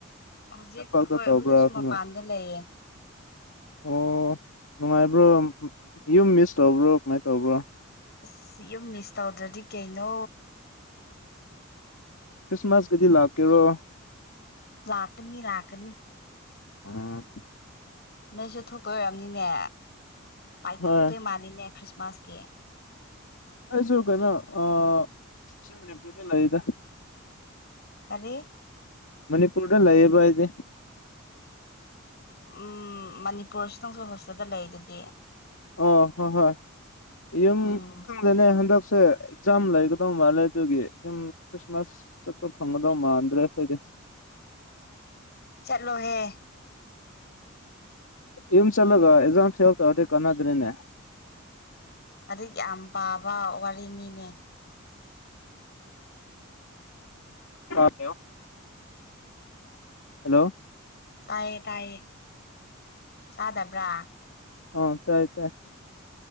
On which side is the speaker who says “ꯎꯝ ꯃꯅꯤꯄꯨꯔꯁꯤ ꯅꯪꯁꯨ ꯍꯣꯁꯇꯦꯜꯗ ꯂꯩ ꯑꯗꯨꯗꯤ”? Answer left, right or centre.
Left